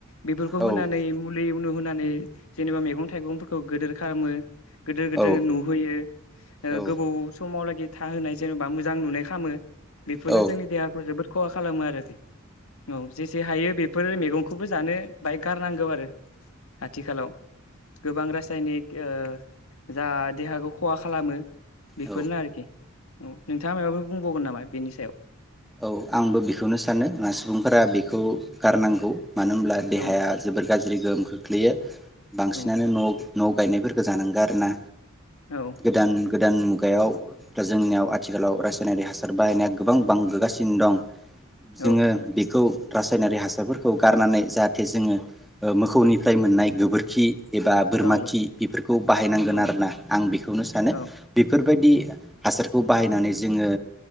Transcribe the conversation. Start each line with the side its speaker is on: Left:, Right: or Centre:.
Left: बेफोरखौ होनानै
Centre: औ
Left: मुल दै उनु होनानै जेनेबा मेगं थाइगंफोरखौ गोदोर खालामो। गोदो गोदोर
Centre: औ
Left: नुहोयो ओ
Centre: औ
Left: गोबाव समावलागि। था होनाय जेनेबा मोजां नुनाय खामो। बेफोरनो
Centre: औ
Left: जोंनि देहाखौ जोबोद खहा खालामो आरोखि औ जेसे हायो बेफोर मेगंखौबो जानो बाहाय गारनांगौ आरो आथिखालाव गोबां रासायनिक के ओ जा देहाखौ खहा खालामो बेफोरनो
Centre: औ
Left: आरोखि औ नोंथाङा मायबाफोर बुंबावगोन नामा बेनि सायाव
Centre: औ आंबो बेखौनो सानो ओ सुबुंफोरा बेखौ गारनांगौ मानो होमब्ला देहाया
Left: औ
Centre: जोबोद गाज्रि गोहोम खोख्लैयो बांसिनानो
Left: औ
Centre: न न गायनायफोर जानंगो आरो ना
Left: औ
Centre: गोदान गोदान मुगायाव दा जोंनियाव आथिखालाव रासायनारि हासार बाहायनाया गोबां बांबोगासिनो दं जोङो
Left: औ
Centre: बेखौ रासायनारि हासारफोरखौ गारनानै जाहाथे जोङो मोसौनिफ्राय मोननाय गोबोरखि एबा बोरमा
Left: औ
Centre: खि बेफोरखौ बाहायनांगोन
Left: औ
Centre: आरोना आं बेखौनो सानो
Left: औ
Centre: बेफोर बेबायदि हासारखौ बाहायनानै जोङो